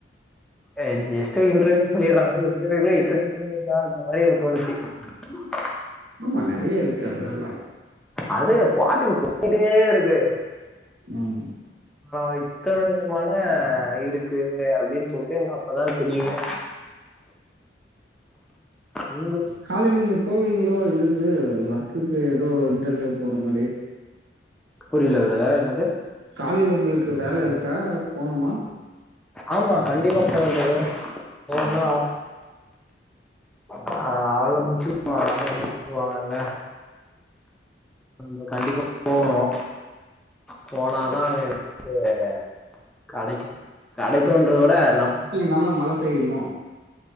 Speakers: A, in the centre; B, on the right.
A: ஆ ஜஸ்ட் இன்ட்ர்வியூன் சொல்லிர்றாங்க இன்ட்ர்வியூக்குள்ள இத்தன இன்ட்ர்வூயூ இருக்கான்ற மாரி எனக்கு தோணிச்சி உம்
B: ஆமா நறைய இருக்கு அதுலல்லா
A: அது பாட்டுக்கு போயிட்டேருக்கு
B: ம்
A: ஆ இத்தன விதமான இருக்கு அப்டின் சொல்ட்டு எனக்கு அப்பதா தெரியுமே உங்க
B: காலையில நீங்க போவீங்ளோ இதுக்கு ஒர்க்குக்கு எதோ இன்டர்வியூ போற மாரி
A: புரில ப்ரதர் என்னது
B: காலையில உங்குளுக்கு வேல இருக்கா போணுமா
A: ஆமா கண்டிப்பா போணு ப்ரதர் போணூனா
B: ம்
A: ஆ அவ்ள முடிச்சு <inaudible> நம்மள முடிச்சு உட்ருவாங்க அங்க ம் கண்டிப்பா போவ்ணூ போனாதா <inaudible> கெடைக்கூ கெடைக்கூன்றத விட லப்
B: நல்ல மழ பெய்யிமோ